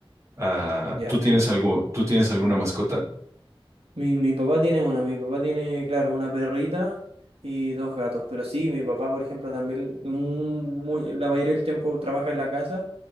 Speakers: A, on the right; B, on the right.
A: Ah,
B: Ya.
A: ¿tú tienes algo, tú tienes alguna mascota?
B: Mi, mi papá tiene una, mi papá tiene, claro, una perrita y dos gatos, pero sí, mi papá, por ejemplo, también mm, muy- la mayoría del tiempo trabaja en la casa